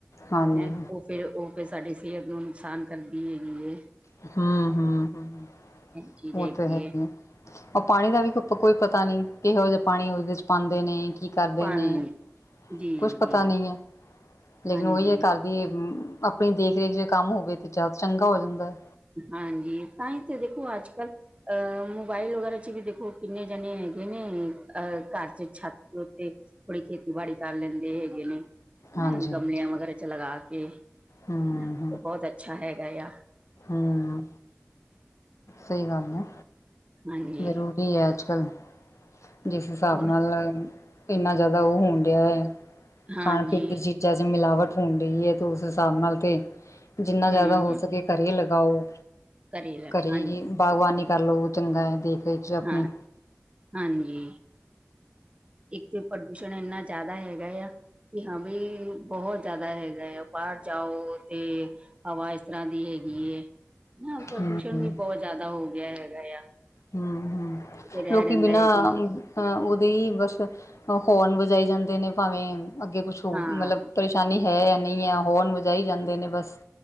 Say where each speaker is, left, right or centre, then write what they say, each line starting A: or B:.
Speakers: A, on the left; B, on the right.
A: ਹਾਂਜੀ
B: ਹੈਂ ਉਹ ਫੇਰ ਉਹ ਫਿਰ ਸਾਡੇ ਕੀ ਨੁਕਸਾਨ ਕਰਦੀ ਹੈਗੀਏ।
A: ਹਮ ਹਮ ਹਮ।
B: ਇਹ ਚੀਜ਼
A: ਉਹ ਤੇ ਹੈਗੀ
B: ਹੈ
A: ਆ, ਉਹ ਪਾਣੀ ਦਾ ਵੀ ਕੋਈ ਕੋਈ ਪਤਾ ਨੀ ਕਿਹੋ ਜਿਹਾ ਪਾਣੀ ਉਹਦੇ ਚ ਪਾਉਂਦੇ ਨੇ ਕੀ ਕਰਦੇ
B: ਪਾਣੀ
A: ਨੇ
B: ਜੀ
A: ਕੁਛ ਪਤਾ
B: ਜੀ
A: ਨੀ ਹੈ ਲੇਕਿਨ
B: ਹਾਂਜੀ
A: ਉਹੀ ਹੈ ਕਰਦੀ ਆਪਣੀ ਦੇਖ ਰੇਖ ਜੇ ਕੰਮ ਹੋਵੇ ਤਾਂ ਜ਼ਿਆਦਾ ਚੰਗਾ ਹੋ ਜਾਂਦਾ।
B: ਹਾਂਜੀ! ਤਾਂ ਹੀ ਤੇ ਦੇਖੋ ਅੱਜ ਕੱਲ੍ਹ ਮੋਬਾਇਲ ਵਗੈਰਾ ਚ ਵੀ ਦੇਖੋ ਕਿੰਨੇ ਜਣੇ ਹੈ ਹੈਗੇ ਨੇ ਅਹ ਘਰ ਚ ਛੱਤ ਉੱਤੇ ਥੋੜੀ ਖੇਤੀਬਾੜੀ ਕਰ ਲੈਂਦੇ ਹੈਗੇ ਨੇ ਨਾ
A: ਹਾਂਜੀ
B: ਗਮਲਿਆਂ
A: ਹਾਂਜੀ
B: ਵਗੈਰਾ ਚ ਲਗਾ ਕੇ
A: ਹਮ
B: ਤਾਂ
A: ਹਮ
B: ਬਹੁਤ ਅੱਛਾ ਹੈਗਾ ਹਾਂ।
A: ਹਮ ਸਹੀ ਗੱਲ ਹੈ।
B: ਹਾਂਜੀ
A: ਜ਼ਰੂਰੀ ਹੈ ਅੱਜ ਕੱਲ ਜਿਸ ਹਿਸਾਬ
B: ਹੋਰ
A: ਨਾਲ ਇੰਨਾ ਜ਼ਿਆਦਾ ਉਹ ਹੋਣ ਦਿਆ ਹੈ।
B: ਹਾਂਜੀ
A: ਖਾਣ ਪੀਣ ਦੀ ਚੀਜ਼ਾਂ ਚ ਮਿਲਾਵਟ ਹੋਣ ਰਹੀ ਹੈ ਤੇ ਉਸ ਹਿਸਾਬ ਨਾਲ ਤੇ ਜਿੰਨਾ ਜ਼ਿਆਦਾ
B: ਹਮ
A: ਹੋ ਸਕੇ ਘਰੇ ਲਗਾਓ
B: ਕਰੇਲਾ
A: ਘਰੇ
B: ਹਾਂਜੀ
A: ਬਾਗਬਾਨੀ ਕਰ ਲਓ ਚੰਗਾ ਹੈ ਦੇਖ ਰੇਖ ਆਪਣੀ
B: ਹਾਂ ਹਾਂਜੀ। ਇੱਥੇ ਪ੍ਰਦੂਸ਼ਣ ਇੰਨਾ ਜ਼ਿਆਦਾ ਹੈਗਾ ਆ ਵੀ ਹਾਂ ਵੀ ਬਹੁਤ ਜ਼ਿਆਦਾ ਹੈਗਾ ਆ ਬਾਹਰ ਜਾਓ ਤੇ ਹਵਾ ਇਸ ਤਰ੍ਹਾਂ ਦੀ ਹੈ ਹੈਗੀ ਏ ਨਾ ਪ੍ਰਦੂਸ਼ਣ
A: ਹਮ
B: ਵੀ ਬਹੁਤ ਜ਼ਿਆਦਾ ਹੋ ਗਿਆ ਹੈਗਾ ਆ
A: ਹਮ ਹਮ
B: ਫਿਰ ਇਹ
A: ਲੋਕੀ
B: ਰਹਿੰਦਾ
A: ਬਿਨਾਂ
B: ਹੈ ਕਿ
A: ਅਹ ਉਹਦੇ ਹੀ ਬਸ ਹੋਰਨ ਵਜਾਈ ਜਾਂਦੇ ਨੇ ਭਾਵੇਂ ਅੱਗੇ ਕੁਛ ਹੋ
B: ਹਾਂ
A: ਮਤਲਬ ਪਰੇਸ਼ਾਨੀ ਹੈ ਨਹੀਂ ਹੈ ਹੋਣ ਵਜਾਈ ਜਾਂਦੇ ਨੇ ਬਸ